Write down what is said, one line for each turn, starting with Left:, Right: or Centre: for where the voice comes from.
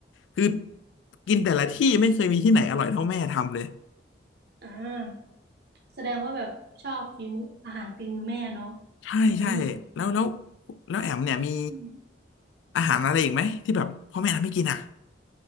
Left: คือกินแต่ละที่ไม่เคยมีที่ไหนอร่อยเท่าแม่ทำเลย
Right: อ่าแสดงว่าแบบชอบฝีมืออาหารฝีมือแม่เนาะ
Left: ใช่ใช่แล้วแล้ว
Right: อืม
Left: แล้วแอมเนี่ยมี
Right: อืม
Left: อาหารอะไรอีกไหมที่แบบพ่อแม่ทำให้กินอ่ะ